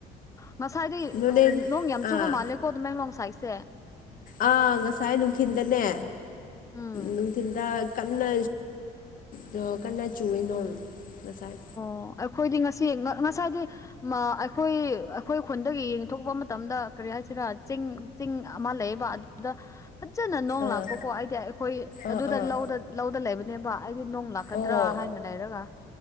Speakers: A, on the left (about 20°); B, on the left (about 55°).
A: ꯉꯁꯥꯏꯗꯩ
B: ꯅꯣꯅꯦ
A: ꯅꯣꯡ ꯌꯥꯝ ꯆꯨꯕ
B: ꯑꯥ
A: ꯃꯥꯜꯂꯦꯀꯣ ꯇꯃꯦꯡꯂꯣꯡ ꯁꯥꯏꯠꯁꯦ
B: ꯑꯥ ꯉꯁꯥꯏ ꯅꯨꯡꯊꯤꯟꯗꯅꯦ
A: ꯎꯝ
B: ꯅꯨꯡꯊꯤꯟꯗ ꯀꯟꯅ ꯆꯨ ꯀꯟꯅ ꯆꯨꯏꯌꯦ ꯅꯣꯡ ꯉꯁꯥꯏ
A: ꯑꯣ ꯑꯈꯣꯏꯗꯤ ꯉꯁꯤ ꯉꯁꯥꯏꯗꯤ ꯑꯈꯣꯏ ꯑꯈꯣꯏ ꯈꯨꯟꯗꯒꯤ ꯌꯦꯡꯊꯣꯛꯄ ꯃꯇꯝꯗ ꯀꯔꯤ ꯍꯥꯏꯁꯤꯔꯥ ꯆꯤꯡ ꯆꯤꯡ ꯑꯃ ꯂꯩꯌꯦꯕ ꯑꯗꯨꯗ ꯐꯖꯅ ꯅꯣꯡ
B: ꯑꯥ
A: ꯂꯥꯛꯄꯀꯣ ꯑꯩꯗꯤ ꯑꯩꯈꯣꯏ
B: ꯑꯥ
A: ꯑꯗꯨꯗ
B: ꯑꯥ
A: ꯂꯧ ꯂꯧꯗ ꯂꯩꯕꯅꯦꯕ ꯑꯩꯗꯤ ꯅꯣꯡ ꯂꯥꯛꯀꯗ꯭ꯔꯥ
B: ꯑꯣ
A: ꯍꯥꯏꯅ ꯂꯩꯔꯒ